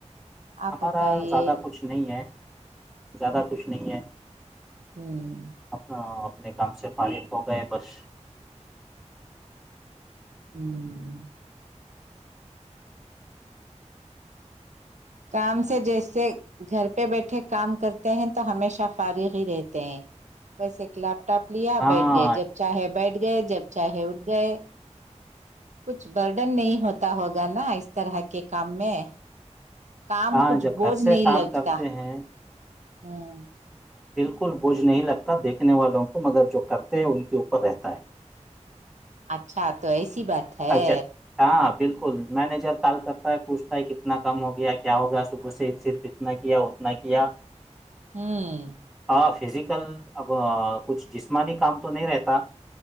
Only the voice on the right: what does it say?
آپ
بتائیے
ہوں
ہوں کام سے جیسے گھر پہ بیٹھے کام کرتے ہیں تو ہمیشہ فارغ ہی رہتے ہیں بس الاب آپ لیا
بیٹھ گئے جب چاہے بیٹھ گئے جب چاہے اھ گئے کچھ برڈن نہیں ہوتا ہوگا نا اس طرح کے کام میں کام
کچھ
بوجھ
نہیں
لگتا
ہاں
اچھا تو ایسی بات ہے
ہوں